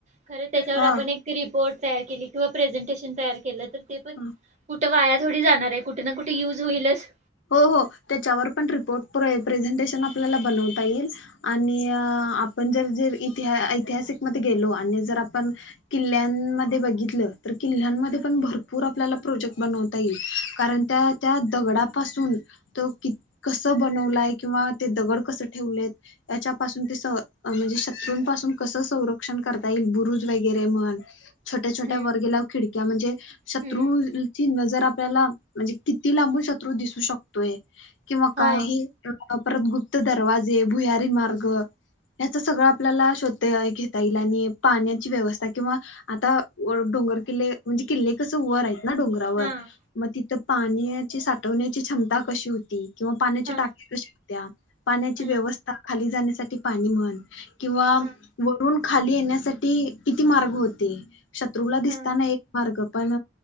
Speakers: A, on the right (about 40°); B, on the left (about 80°).
A: खर त्याच्यावर
B: हा
A: आपण एक रिपोर्ट तयार केली किंवा प्रेझेंटेशन तयार केलं केलं तर ते
B: हा
A: पण कुठं तर वाया थोडी जाणार आहे, कुठे ना कुठे युज होईलच
B: हो हो त्याच्यावर पण रिपोर्ट े प्रेझेंटेशन आपल्याला बनवता येईल आणि आपण जर जर इति ऐतिहासिकमध्येध्ये गेलो आणि जर आपण किल्ल्यांमध्ये बघितलं तर किल्ल्यांमध्ये पण भरपूर आपल्याला प्रोजेक्ट बनवता येईल कारण त्या त्या दगडा पासून तो कस बनलाय किंवा ते दगड कस ठेवलेत याच्या पासून ते म्हणजे शत्रूंपासून कस संरक्षण करता येईल बुरुज वगैरे म्हण छोट्या छोट्या
A: हम्म
B: वर गेल्यावर खिड त्या म्हणजे शत्रूची
A: हम्म
B: नजर आप क ला म्हणजे किती लांबू शकत.. दिसू शकतोय किंवा
A: हा
B: काही <inaudible> परतगुप्त दरवाजे भुयारी मार्ग याचं सगळं आपल्याला शोता घेता येईल आणि पाण्याची व्यवस्था किंवा आता डोंगर किल्ले म्हणजे किल्ले कसं वर आहेत ना डोंगरावर
A: हा
B: मग ति तर पाण्याची <inaudible> हटवण्याची क्षमता कशी होती किंवा पाण्याच्या
A: हा
B: टाकि कशी - त्या पाण्याची
A: हा
B: व्यवस्था खाली जाण्यासाठी पाणी म्हण किंवा
A: हा
B: वरून खाली येण्यासाठी किती मार्ग होते शत्रूला दिसताना
A: हा
B: एक मार्ग पण